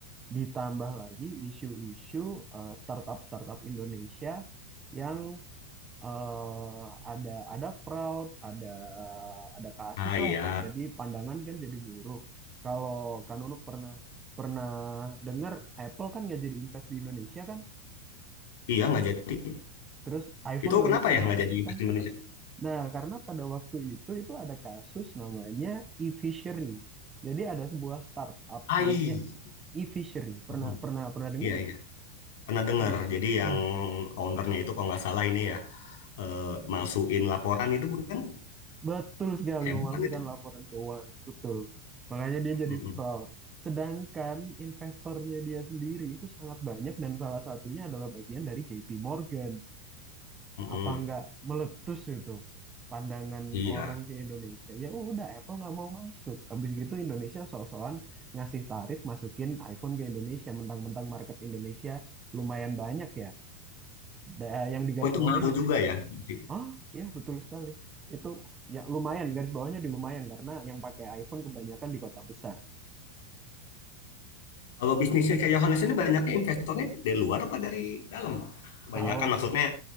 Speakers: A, on the right; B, on the left.
A: Ditambah lagi isu-isu eh, startup-startup Indonesia yang eh ada ada fraud, ada ada kasus
B: Ah iya.
A: lah. Jadi pandangan kan jadi buruk. Kalau Kak Nunuk pernah pernah dengar Apple kan nggak jadi invest di Indonesia kan,
B: Iya, nggak jadi.
A: terus iPhone
B: Itu
A: nggak
B: kenapa
A: bisa
B: ya nggak
A: masuk
B: jadi
A: kan.
B: Best Indonesia?
A: Nah karena pada waktu itu itu ada kasus namanya e-fishery. Jadi ada sebuah startup
B: AI.
A: namanya e-fishery. Pernah
B: Mm,
A: pernah pernah dengar
B: Iya,
A: nggak?
B: iya. Pernah dengar.
A: Di
B: Jadi yang
A: Nah,
B: ownernya itu kalau nggak salah ini ya, eh, masukin laporan itu bukan?
A: Betul sekali
B: Heboh
A: memalsukan
B: kan itu?
A: laporan keuangan, betul. Makanya dia jadi
B: Mm-mm,
A: fraud. Sedangkan investornya dia sendiri itu sangat banyak dan salah satunya adalah bagian dari JP Morgan.
B: mm-mm.
A: Apa nggak meletus itu pandangan
B: Iya.
A: orang ke Indonesia? Ya udah Apple nggak mau masuk. Habis gitu Indonesia sok-sokan ngasih tarif masukin iPhone ke Indonesia, mentang-mentang market Indonesia lumayan banyak ya. Da- yang digarisbawahi
B: Oh, itu ngaruh juga ya. Berarti.
A: Ah, ya betul sekali. Itu ya lumayan garis bawahnya di lumayan karena yang pakai iPhone kebanyakan di kota besar.
B: Kalau bisnisnya kayak Yohanes ini banyaknya investornya dari luar apa dari dalam? Kebanyakan
A: Kalau
B: maksudnya